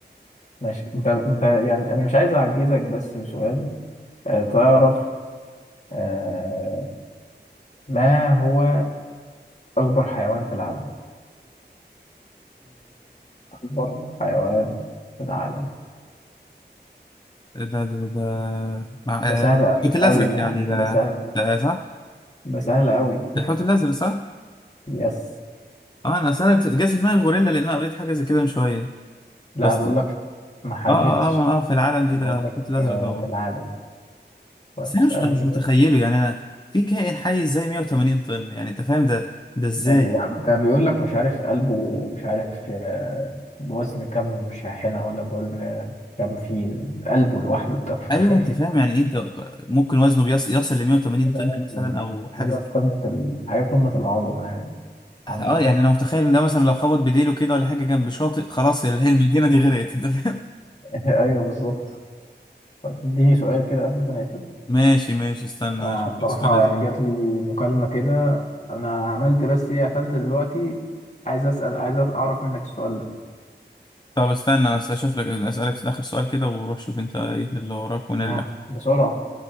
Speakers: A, on the left; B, on the left.
A: ماشي انت انت يعني انا مش عايز اعجزك بس بسؤال آه تعرف آه ما هو اكبر حيوان في العالم اكبر حيوان في العالم
B: ده ده ده مع
A: ده
B: آه،
A: سهل
B: الحوت الازرق
A: قوي يعني
B: يعني ده
A: ده سهل
B: ده آه، صح
A: ده سهل قوي
B: الحوت الازرق صح
A: يس
B: اه انا اصل انا جه في دماغي غوريلا لان انا قريت حاجه زي كده من شويه
A: لا
B: بس
A: بقول لك ما حددتش
B: اه اه اه ما- آه، في العالم دي
A: بقول
B: ده الحوت
A: لك
B: الازرق
A: آه
B: طبعا
A: في العالم طيب
B: بس انا
A: اسالني
B: مش انا مش متخيله
A: كده
B: يعني انا في كائن حي ازاي 180 طن يعني انت فاهم ده ده ازاي
A: ده بي... يا عم ده بيقول لك مش عارف قلبه مش عارف آه بوزن كم شاحنة ولا بوزن كام فيل قلبه لوحده انت متخيل
B: ايوه انت فاهم يعني ايه انت ممكن وزنه بيص- يصل ل 180
A: طبعاً
B: طن مثلا او حاجه
A: حاجة
B: زي كده
A: قمة ال... حاجة قمة العظمة يعني سبحان
B: اه
A: الله
B: يعني انا متخيل ان ده مثلا لو خبط بديله كده ولا حاجه جنب شاطئ خلاص المدينه دي غرقت انت فاهم
A: <laughs> أيوه بالظبط طيب اديني سؤال كده قبل ما نقفل
B: ماشي ماشي استنى
A: أنا
B: اشوف
A: بصراحة
B: لك سؤال لذيذ
A: يعني جات لي مكالمة كده أنا عملت بس إيه قفلت دلوقتي عايز أسأل عايز أعرف منك السؤال ده
B: طب استنى أس- اشوف لك اسالك اخر سؤال كده وروح شوف انت ايه اللي وراك ونرجع
A: ها بسرعة